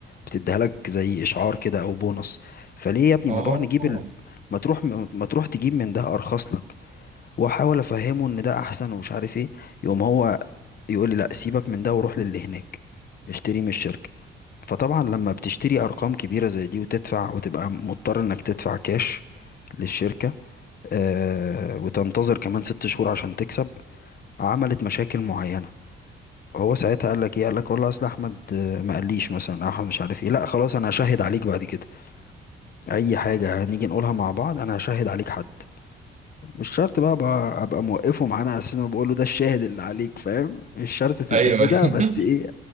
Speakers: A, on the left (about 50°); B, on the right (about 35°).
A: بتديها لك زي اشعار كده او بونص فليه يا ابني
B: اه
A: ما نروح نجيب ال... ما تروح ما تروح تجيب من ده ارخص لك واحاول افهمه ان ده احسن ومش عارف ايه يقوم هو يقول لي لا سيبك من ده وروح للي هناك اشتري من الشركة فطبعا لما بتشتري ارقام كبيره زي دي وتدفع وتبقى مضطر انك تدفع كاش للشركه آه وتنتظر كمان ست شهور عشان تكسب عملت مشاكل معينة هو ساعتها قال لك ايه قال لك والله اصل احمد آه، ما قاليش مثلا أو احمد مش عارف ايه لا خلاص انا هشهد عليك بعد كده اي حاجة هنيجي نقولها مع بعض انا هشهد عليك حد مش شرط بقى ابقى, أبقى موقفه معانا اساس ما بقول له ده الشاهد اللي عليك فاهم مش شرط تبقى
B: ايوه
A: كده
B: <laughs>
A: بس ايه